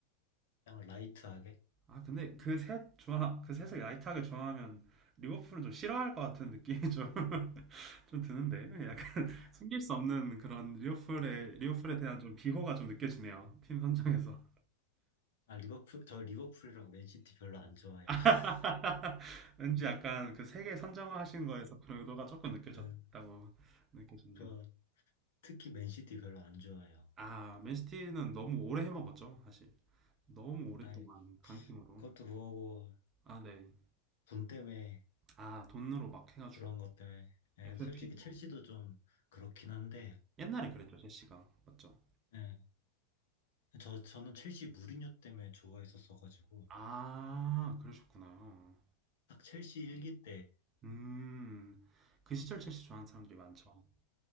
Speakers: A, on the left; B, on the right.
A: 그냥 라이트하게
B: 아, 근데 그 셋 좋아, 그 셋을 라이트하게 좋아하면 리버풀은 좀 싫어할 것 같은 느낌이 좀, <laughs> 좀 드는데, 숨길 수 없는 그런 리오플에, 리오플에 대한 좀 비호가 좀 느껴지네요. 팀 선정에서.
A: 아, 리버풀, 저 리버풀이랑 맨시티 별로 안 좋아해요.
B: <laughs>
A: <laughs>
B: 왠지 약간 그 세계 선정하신 거에서 그런 의도가 조금 느껴졌다고
A: 네,
B: 느껴집니다.
A: 저 특히 맨시티 별로 안 좋아해요.
B: 아, 맨시티는 너무 오래 해먹었죠, 사실. 너무 오랫동안
A: 아이,
B: 강팀으로.
A: 그것도 그거고,
B: 아, 네.
A: 돈 때문에,
B: 아, 돈으로 막 해가지고.
A: 그런 것 때문에. 예,
B: FFP도.
A: 근데 솔직히 첼시도 좀 그렇긴 한데,
B: 옛날에 그랬죠, 제시가. 맞죠?
A: 예, 저, 저는 첼시 무리뉴 때문에 좋아했었어가지고,
B: 아, 그러셨구나요.
A: 딱 첼시 일기 때,
B: 음, 그 시절 첼시 좋아하는 사람들이 많죠.